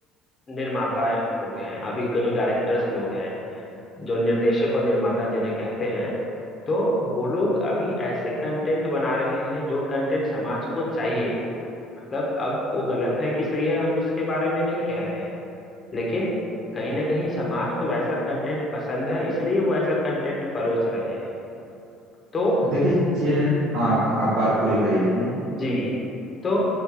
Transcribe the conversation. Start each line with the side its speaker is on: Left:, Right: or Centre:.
Left: निर्माता लोग हैं अभी के जो डायरेक्टर्स लोग हैं जो निर्देशक और निर्माता जिन्हें कहते हैं तो वो लोग अभी ऐसे कंटेंट बना रहे हैं जो कंटेंट समाज को चाहिए मतलब अब वो गलत है कि सही है हम इसके बारे में नहीं कह रहे हैं लेकिन कहीं ना कहीं समाज को वैसा कंटेंट पसंद है इसलिए वो ऐसा कंटेंट परोस रहे हैं तो
Right: देखिए चे- हाँ आप बात पूरी करिए अपने
Left: जी तो